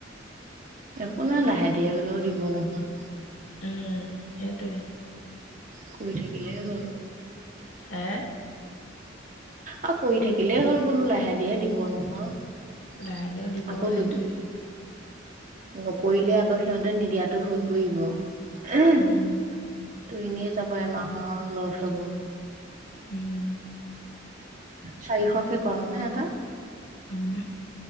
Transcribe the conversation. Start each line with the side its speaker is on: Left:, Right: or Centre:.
Right: একো নাই লাহে ধীৰে হলেও দিব নহয়।
Left: উমঁ সেইটোৱে।
Right: কৰি থাকিলে হ'ল।
Left: হে।
Right: অঁ কৰি থাকিলেই হ'ল বোলো লাহে ধীৰে দিব নহয়।
Left: লাহে ধীৰে দিব
Right: আকৌ
Left: সেইটোৱে
Right: দুজ নকৰিলে আকৌ সিহঁতে নিদিয়াটো হৈ পৰিব আহো।
Left: উম
Right: তু এনেয়ে যাব এমাহৰ লছ হ'ব।
Left: উম
Right: চাৰিশকে কৰা নে এটা।
Left: উম